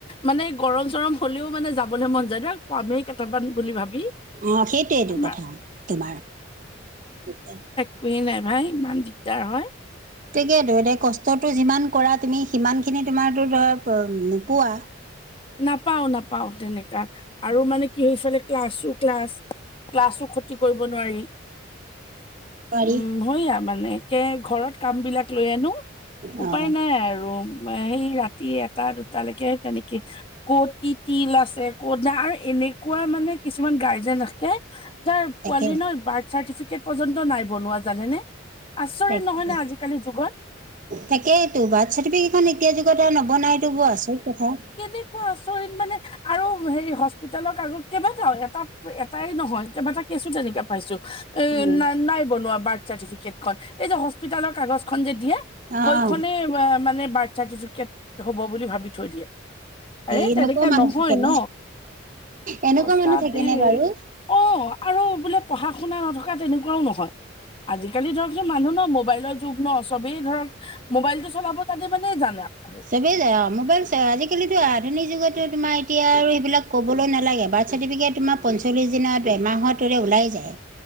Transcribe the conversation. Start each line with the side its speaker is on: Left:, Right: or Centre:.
Left: মানে গৰম চৰম হ'লেও মানে যাবলৈ মন যায় ধৰক পামেই কেটামান বুলি ভাবি।
Right: অ, সেইটোৱেইটো
Left: আমাৰ
Right: কথা তোমাৰ সেইটোৱে
Left: একোৱে নাই ভাই ইমান দিগদাৰ হয়।
Right: তাকেতো এতিয়া কষ্টটো যিমান কৰা তুমি সিমানখিনি তোমাৰতো ধৰা নোপোৱা
Left: নাপাও নাপাও তেনেকা আৰু মানে কি হয় সেইফালে ক্লাছো ক্লাছ ক্লাছো ক্ষতি কৰিব নোৱাৰি।
Right: নোৱাৰি
Left: উম, হয় সেয়া মানে ঘৰত কাম বিলাক লৈ আনো উপায়
Right: অ
Left: নাই আৰু। সেই ৰাতি এটা দুটালৈকে তেনেকে কত কি তিল আছে কদা আৰু এনেকোৱা মানে কিছুমান গাৰ্জেন আহে তাৰ
Right: তাকে
Left: পোৱালী ন বাৰ্থ চাৰ্টিফিকেট পৰ্যন্ত নাই বনোৱা জানেনে? আচৰিত
Right: তাকে
Left: নহয় নে আজিকালি যুগত?
Right: তাকেইতো বাৰ্থ চাৰ্টিফিকেটখন এতিয়া যুগত নবনাই এইটো বৰ আচৰিত কথা।
Left: কেনেকোৱা আচৰিত মানে আৰু হেৰি হস্পিতালৰ আগত কেইবাটাও এটা এটাই নহয় কেইবাটা কেছো তেনেকে পাইছো। এ
Right: উম
Left: ন নাই বনোৱা বাৰ্থ চাৰ্টিফিকেট খন। এই যে হস্পিতালৰ কাগজখন যে দিয়ে'-
Right: অ
Left: সৈখনেই
Right: অ
Left: মানে বাৰ্থ চাৰ্টিফিকেট হ'ব বুলি ভাবি থৈ দিয়ে। এই
Right: এনেকুৱা
Left: তেনেকে
Right: মানুহ
Left: নহয়
Right: থাকেনে
Left: ন
Right: এনেকুৱা
Left: সঁচা
Right: মানুহ থাকেনে
Left: দেই
Right: বাৰু
Left: অ আৰু বোলে পঢ়া শুনা নথকা তেনেকোৱাও নহয় আজিকালি ধৰকচোন মানুহ ন মোবাইলৰ যুগ ন চবেই ধৰক মোবাইলটো চলাব জানে মানেই জানা আৰু
Right: চবেই যাই মোবাইল চাই আজি কালিতো আধুনিক যুগতো তোমাৰ এতিয়া আৰু সেইবিলাক ক'বলৈ নালাগে বাৰ্থ চাৰ্টিফিকেট - তোমাৰ পঞ্চল্লিছ দিনত এমাহত ধৰি লোৱা ওলাই যায়।